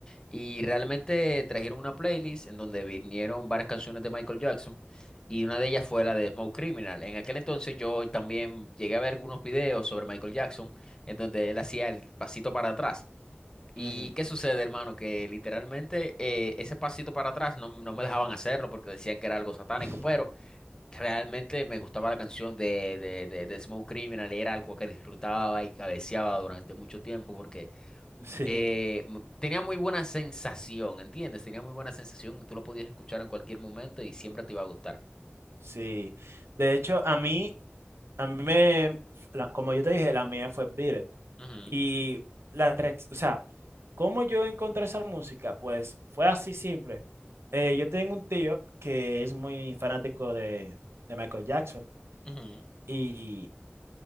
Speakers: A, on the left (about 20°); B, on the right (about 80°).
A: Y realmente trajeron una playlist en donde vinieron varias canciones de Michael Jackson y una de ellas fue la de Smoke Criminal. En aquel entonces yo también llegué a ver algunos videos sobre Michael Jackson en donde él hacía el pasito para atrás. ¿Y
B: ujú.
A: qué sucede, hermano? Que literalmente eh, ese pasito para atrás no, no me dejaban hacerlo porque decían que era algo satánico,
B: <laughs>
A: pero realmente me gustaba la canción de, de, de, de Smooth Criminal y era algo que disfrutaba y cabeceaba durante mucho tiempo porque
B: Sí,
A: eh, m- tenía muy buena sensación, ¿entiendes? Tenía muy buena sensación, tú lo podías escuchar en cualquier momento y siempre te iba a gustar.
B: sí. De hecho, a mí, a mí me, la- como yo te dije, la mía fue Beat It.
A: Ujú,
B: Y la reacción, o sea, ¿cómo yo encontré esa música? Pues fue así simple. Eh, yo tengo un tío que es muy fanático de, de Michael Jackson.
A: ujú.
B: Y